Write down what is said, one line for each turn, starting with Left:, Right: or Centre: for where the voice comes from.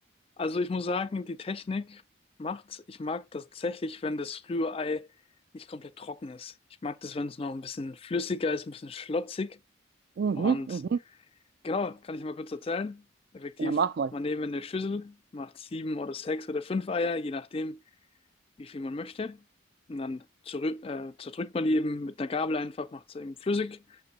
Left: also ich muss sagen, die Technik macht's. Ich mag das tatsächlich, wenn das Rührei nicht komplett trocken ist. Ich mag das, wenn es noch ein bisschen flüssiger ist, ein bisschen schlotzig.
Right: Mhm,
Left: Und
Right: mhm.
Left: Genau, kann ich mal kurz erzählen. Effektiv,
Right: Ja, mach mal.
Left: man nehme eine Schüssel, macht sieben oder sechs oder fünf Eier, je nachdem, wie viel man möchte. Und dann zerrü- äh, zerdrückt man die eben mit einer Gabel einfach, macht sie eben flüssig.